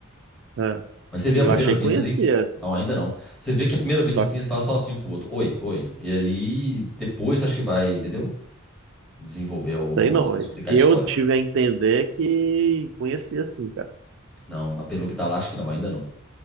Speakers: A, on the right; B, in the centre.
A: é,
B: mas você vê
A: eu
B: à primeira
A: achei
B: vista
A: que conhecia.
B: ali que... Não, ainda não. Você vê que à primeira vista
A: Só
B: assim, eles falam só assim um pro outro. Oi, oi. E aí, depois acho que vai, entendeu? Desenvolver o
A: Sei
B: romance,
A: não.
B: vai explicar
A: Eu
B: a história.
A: tive a entender que conhecia assim, cara.
B: Não, mas pelo que tá lá, acho que não, ainda não.